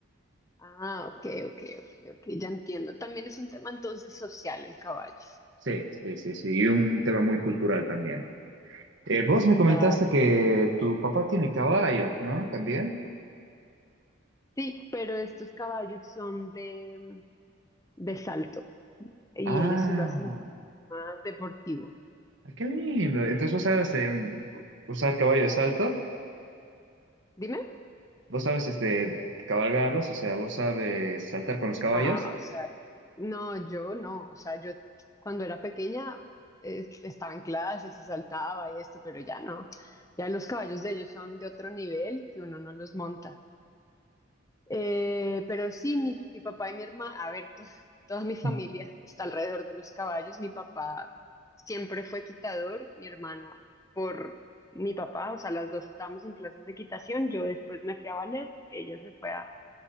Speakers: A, on the left; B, on the right.
A: Ah, ok, ok, ok, ok, ya entiendo. También es un tema entonces social el caballo.
B: Sí, sí, sí, sí, y un tema muy cultural también. Eh, vos me comentaste
A: Vale.
B: que tu papá tiene caballo, ¿no? ¿También?
A: Sí, pero estos caballos son de, de salto y
B: Ah,
A: ellos sí lo hacen por un tema deportivo.
B: qué lindo. Entonces vos sabes em, usar caballo de salto,
A: Dime.
B: vos sabes este, cabalgarlos, o sea, vos sabes saltar con los caballos.
A: No, o sea, no, yo no. O sea, yo cuando era pequeña eh, estaba en clases y saltaba y esto, pero ya no. Ya los caballos de ellos son de otro nivel que uno no los monta. Eh, pero sí, mi, mi papá y mi hermana, a ver, to- toda mi familia
B: <laughs>
A: está alrededor de los caballos. Mi papá siempre fue quitador, mi hermana por mi papá, o sea, las dos estábamos en clases de quitación. Yo después me fui a ballet, ella se fue a,